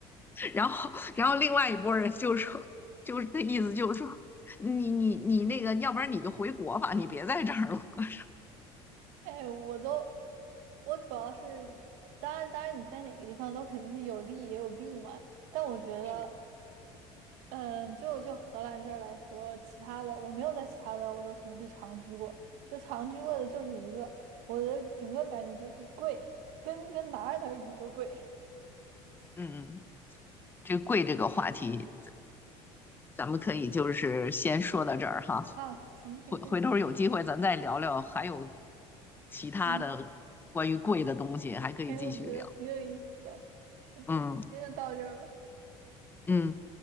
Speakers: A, on the left; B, on the right.
A: 然后然后另外一拨人就说，就是那意思就是说，你你你那个，要不然你就回国吧，你别在这儿了。<laughs>
B: 哎，我都，我主要是，当然，当然你在哪个地方都肯定是有利也有弊嘛，但我觉得，
A: 是，
B: 嗯，就就荷兰这儿来说，其他的我没有在其他的欧洲城市长居过，就长居过的就这一个，我的整个感觉就是贵，跟跟哪儿哪儿比都贵
A: 嗯，这贵这个话题，咱们可以就是先说到这儿哈，
B: 啊，行行行，
A: 回回头有机会咱再聊聊，还有其他的关于贵的东西，
B: 嗯。
A: 还可以继续聊。
B: 哎，我觉得挺有意思的。行，
A: 嗯
B: 今天就到这儿吧。
A: 嗯。